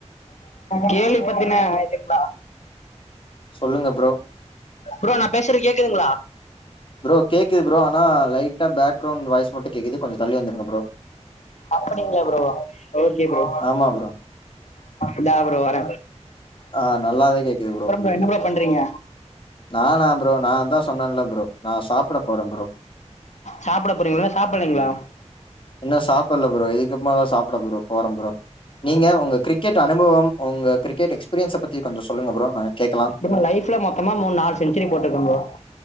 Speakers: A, on the left; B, on the left.
A: கேள்வி பத்தின இதுங்ளா
B: சொல்லுங்க ப்ரோ
A: ப்ரோ நா பேசறது கேக்குதுங்ளா
B: ப்ரோ கேக்குது ப்ரோ அனா லைட்டா பேக்ரவுண்ட் வாய்ஸ் மட்டு கேக்குது கொஞ்சோ தள்ளி வந்துருங்க ப்ரோ
A: அப்படிங்களா ப்ரோ ஹலோ கேக்குதா
B: ஆமா ப்ரோ
A: இதா ப்ரோ வர
B: ஆ நல்லாவே கேக்குது
A: அப்பறோ ப்ரோ என்ன ப்ரோ பண்றீங்க
B: நானா ப்ரோ நா தா சொன்னல்ல ப்ரோ நா சாப்பட போற ப்ரோ
A: சாப்பிட போறீங்களா சாப்பிடலைங்களா
B: இன்னு சாப்பட்ல ப்ரோ இதுக்குகப்பமா தா சாப்பட ப்ரோ போற ப்ரோ நீங்க உங்க கிரிக்கெட் அனுபவம் உங்க கிரிக்கெட் எக்ஸ்பீரியன்ஸ பத்தி கொஞ்சோ சொல்லுங்க பரோ நாங்க கேக்கலா
A: இப்ப லைப்ல மொத்தமா மூன் நாளு செஞ்சுரி போட்ருக்க ப்ரோ